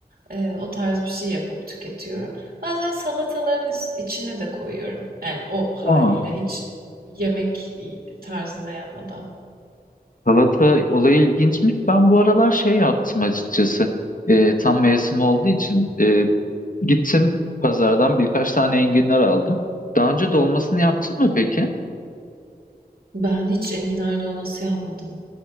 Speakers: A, on the right (about 65°); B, on the left (about 55°).
A: eee, o tarz bir şey yapıp tüketiyorum. Bazen salataların is içine de koyuyorum. Yani o haliyle
B: Aa,
A: hiç yemek, tarzında yapmadan.
B: salata olayı ilginçmiş. Ben bu aralar şey yaptım açıkçası. E, tam mevsim olduğu için e, gittim pazardan birkaç tane enginar aldım. Daha önce dolmasını yaptın mı peki?
A: Ben hiç enginar dolması yapmadım.